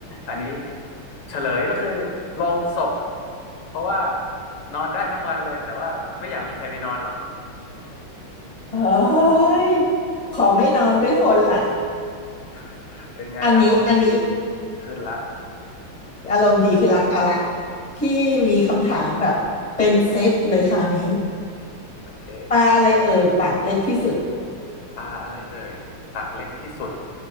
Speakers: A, on the left (about 75°); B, on the left (about 20°).
A: อันนี้เฉลยก็คือโลงศพเพราะว่านอนได้ทั้งวันเลยแต่ว่าไม่อยากมีใครไปนอนหรอก
B: เฮ้ยขอไม่นอนด้วยคนละ
A: <laughs> เป็นไงอารมณ์ดี
B: อันนี้อันนี้
A: ขึ้นละ
B: อารมณ์ดีคือละเอาละพี่มีคำถามแบบเป็นเซตเลยคราวนี้
A: โอเค
B: ปลาอะไรเอ่ยปากเล็กที่สุด
A: ปลาอะไรเอ่ยปากเล็กที่สุด